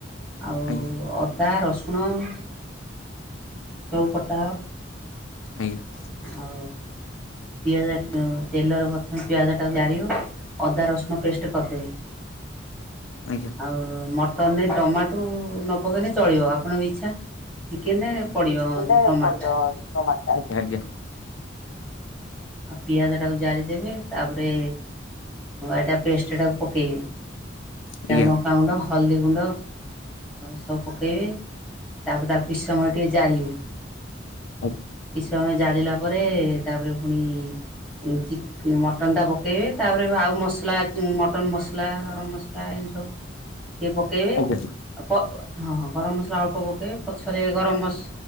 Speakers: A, in the centre; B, on the left.
A: ଆଉ
B: ଆଜ୍ଞା
A: ଅଦା ରସୁଣ ସବୁ ବଟା ହ
B: ଆଜ୍ଞା।
A: ଆଉ ପିଆଜ ତେଲର ପ୍ରଥମେ ପିଆଜ ଟାକୁ ଜାରିବ। ଅଦା ରସୁଣ ପେଷ୍ଟ କରିଦେବେ,
B: ଆଜ୍ଞା
A: ଆଉ ମ ଟନ ରେ ଟମାଟୋ ନ ପକାଇଲେ ଚଳିବ ଆପଣଙ୍କ ଇଚ୍ଛା ଚିକେନରେ ପଡ଼ିବ
B: ହେଲେ
A: ଯେଉଁ ଟମାଟୋଟା
B: ପଡିବ ଟମାଟ ଟା ଆଗେ, ଆଜ୍ଞା।
A: ଆଉ ପିଆଜଟାକୁ ଜାରିଦେବେ ତାପରେ ଏଟା ପେଷ୍ଟଟାକୁ ପକେଇବେ।
B: ଆଜ୍ଞା
A: ତା ଲଙ୍କାଗୁଣ୍ଡ ହଳଦୀ ଗୁଣ୍ଡ ସବୁ ପକେଇବେ। ତାପରେ ତାକୁ କିଛି ସମୟ ଟିକେ ଜାରିବେ।
B: ଆଉ
A: କିଛି ସମୟ ଜାରିଲା ପରେ ତାପରେ ପୁଣି ଚି ମଟନ୍ଟା ପକେଇବେ ତାପରେ ଆଉ ମସଲା ମଟନ୍ ମସଲା ଗରମ ମସଲା ଲା ଏନ୍ତି ସବୁ ଟିକେ ପକେଇବେ,
B: ଆଜ୍ଞା ଆଜ୍ଞା
A: ଆ ପ ହଁ ହଁ ଗରମ ମସଲା ଅଳ୍ପ ପକେଇବ, ପଛରେ ଗରମ ମସ